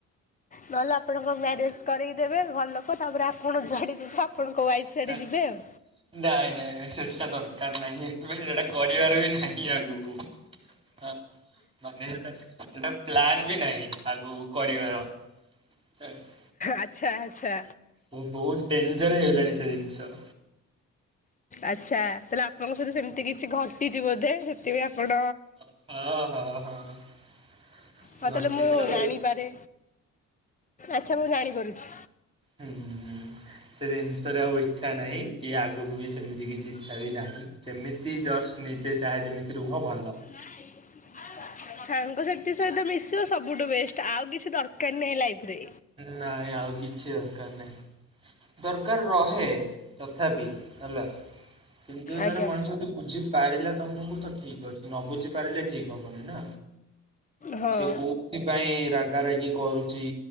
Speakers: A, on the left; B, on the right.
A: ନହେଲେ ଆପଣଙ୍କ ମ୍ୟାରେଜ୍ କରେଇଦେବେ ଭଲ ଲୋକ ତାପରେ ଆପଣ ଯୁଆଡେ ଯିବେ ଆପଣଙ୍କ ୱାଇଫ୍ ଶାଡ଼େ
B: ନା
A: ଯିବେ ଆଉ।
B: ନାଇଁ ନାଇଁ ସେଟଟା ଦରକାର ନାହିଁ ଏ ସେଟା କରିବାର ବି ନାହିଁ ଆଗକୁ। ହ ମାନେ ସେଟା ସେଟା ପ୍ଲାନ ବି ନାହିଁ ଆଗକୁ କରିବାର। <inaudible>
A: ଆଚ୍ଛା ଆଚ୍ଛା।
B: ଓ ବହୁତ ଡେଞ୍ଜର ହେଇଗଲାଣି ସେ ଜିନିଷ।
A: ଆଛା ତାହେଲେ ଆପଣଙ୍କ ସହିତ ସେମିତି କିଛି ଘଟିଛି ବୋଧେ ସେଥିପାଇଁ ଆପଣ
B: ଓଁ ହୋ। ଅ ହଁ ହଁ।
A: ହଁ
B: ଘଟିଛି
A: ତାହେଲେ ମୁଁ
B: ଆଉ।
A: ଜାଣିପାରେ ଆଛା ମୁଁ ଜାଣିପାରୁଛି।
B: ହୁଁଁ ହୁଁ। ସେ ଜିନିଷରେ ଆଉ ଇଛା ନାହିଁ କି ଆଗକୁ ବି ସେମିତି କିଛି ଇଛା ବି ନାହିଁ। ସେମିତି ଜଷ୍ଟ ନିଜେ ଚାହେ ଯେମିତି ରୁହ ଭଲ
A: ନାଇଁ। ସାଙ୍ଗସାଥି ସହିତ ମିଶିବ ସବୁଠୁ ବେଷ୍ଟ ଆଉ କିଛି ଦରକାର ନାହିଁ ଲାଇଫି ରେ।
B: ନାଇଁ ଆଉ କିଛି ଦରକାର ନାହିଁ। ଦରକାର ରହେ ତଥାପି ହେଲା କିନ୍ତୁ
A: ଆଜ୍ଞା
B: ଜଣେ ମଣିଷ ବୁଝି ପାରିଲେ ତମକୁ ତ ଠିକି ଅଛି ନ ବୁଝି ପାରିଲେ ଠିକି ହବନି ନା।
A: ହଁ
B: ସେ କୋଉଥିପାଇଁ ରାଗ ରାାଗି କରୁଛି।